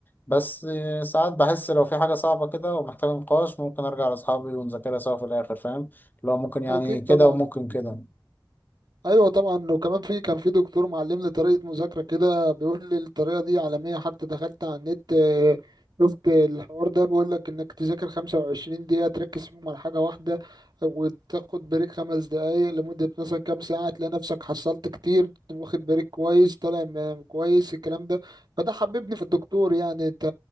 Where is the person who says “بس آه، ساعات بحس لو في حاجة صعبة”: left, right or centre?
Left